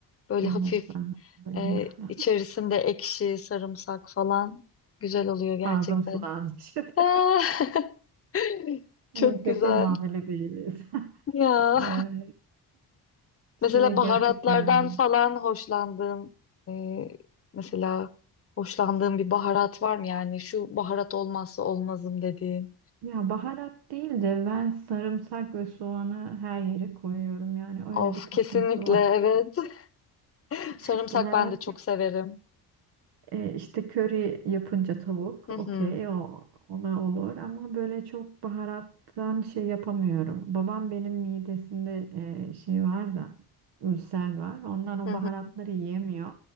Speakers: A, on the left; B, on the right.
A: Böyle
B: Evet
A: hafif
B: ben de bayılıyorum.
A: e, içerisinde
B: <laughs>
A: ekşi, sarımsak falan güzel oluyor gerçekten.
B: Ağzım sulandı şimdi.
A: Ah!
B: <laughs>
A: <laughs> Çok
B: Neyse
A: güzel
B: ki hamile değiliz. <laughs>
A: ya.
B: Ee, şey
A: Mesela baharatlardan
B: gerçekten
A: falan hoşlandığın e, mesela hoşlandığın bir baharat var mı yani şu baharat olmazsa olmazım dediğin.
B: ya baharat değil de ben sarımsak ve soğanı her yere koyuyorum yani öyle
A: Of
B: bir takıntı
A: kesinlikle
B: var.
A: evet. <laughs>
B: <laughs>
A: Sarımsak
B: Baharat
A: ben de çok severim.
B: E, işte köri yapınca tavuk,
A: Hı hı.
B: okey o ona olur ama böyle çok baharattan şey yapamıyorum. Babam benim midesinde e, şey var da ülser var. Ondan o
A: Hı hı.
B: baharatları yiyemiyor.